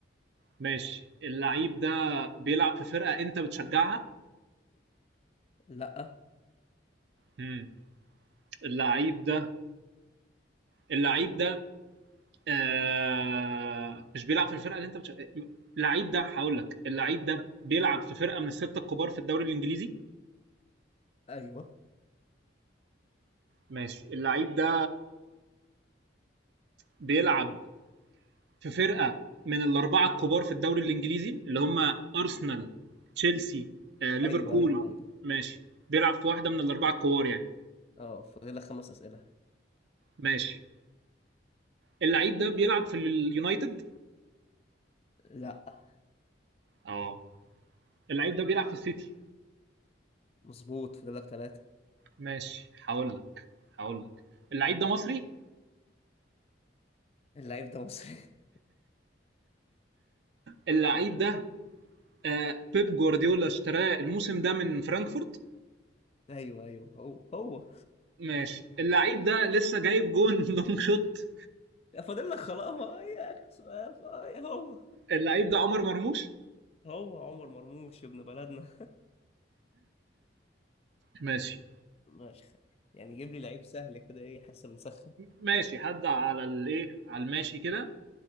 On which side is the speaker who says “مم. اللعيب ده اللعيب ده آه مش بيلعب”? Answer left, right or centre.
Right